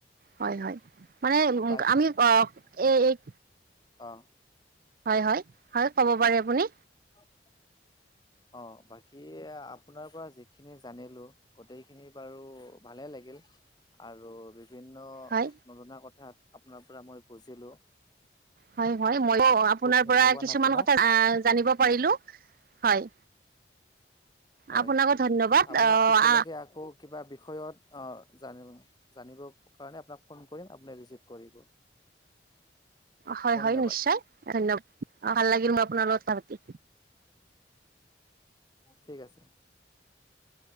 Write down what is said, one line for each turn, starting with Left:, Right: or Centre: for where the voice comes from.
Right: হয় হয় মানে উ
Left: বা
Right: আমি এই-
Left: অঁহ
Right: হয় হয় হয় ক'ব পাৰে আপুনি।
Left: হয় অহ বাকি আপোনাৰ পৰা যিখিনি জানিলোঁ গোটেইখিনি বাৰু ভালে লাগে। আৰু বিভিন্ন
Right: হয়
Left: নজনা কথাত আপোনাৰ পৰা মই বুজিলোঁ।
Right: হয় হয় মই আপোনাৰ
Left: ধন্যবাদ
Right: পৰা কিছুমান
Left: আপোনাক
Right: কথা জানিব পাৰিলোঁ। হয়।
Left: হয়
Right: আপোনাকো ধন্যবাদ
Left: আপোনাক
Right: আহ
Left: পিছলৈকে
Right: আ-
Left: আকৌ কিবা বিষয়ত অঁ জানিব জানিব কাৰণে আপোনাক ফোন কৰিম আপুনি ৰিচিভ কৰিব। <inaudible>
Right: হয়
Left: ধন্যবাদ
Right: হয় নিশ্চয় ধন্যবাদ অ ভাল লাগিল মই আপোনাৰ লগত কথা‌ পাতি।
Left: ঠিক আছে।